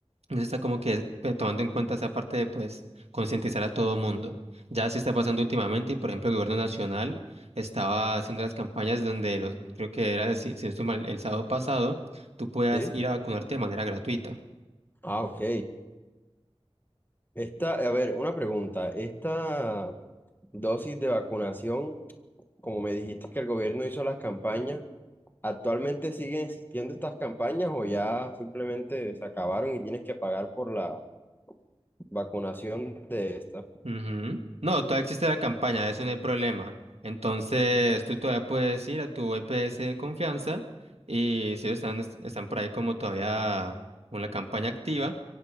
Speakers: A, on the right; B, on the left.
A: no se está como que pe- tomando en cuenta esa parte de pues concientizar a todo mundo. Ya se está pasando últimamente y por ejemplo el gobierno nacional estaba haciendo las campañas donde los- creo que era, si, si no estoy mal, el sábado pasado, tú puedas
B: Sí.
A: ir a vacunarte de manera gratuita.
B: Ah, ok. Esta, a ver, una pregunta. Esta dosis de vacunación, como me dijiste que el gobierno hizo las campañas, ¿actualmente siguen existiendo estas campañas o ya simplemente se acabaron y tienes que pagar por la vacunación de esta?
A: Ujú. No, todavía existe la campaña, eso no hay problema. Entonces, tú todavía puedes ir a tu EPS de confianza y si están, est- están por ahí como todavía con la campaña activa,